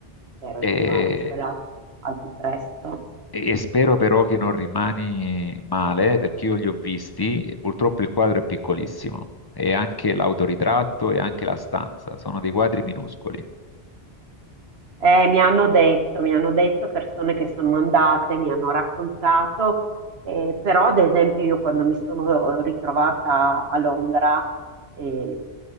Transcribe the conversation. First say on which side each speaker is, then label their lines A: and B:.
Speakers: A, on the right; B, on the left.
A: Spero
B: E,
A: di farcela al più presto.
B: e spero però che non rimani male, perché io li ho visti e purtroppo il quadro è piccolissimo. E anche l'autoritratto e anche la stanza sono dei quadri minuscoli.
A: Eh, mi hanno detto, mi hanno detto persone che sono andate, mi hanno raccontato, eh, però ad esempio io quando mi sono ritrovata a Londra eh,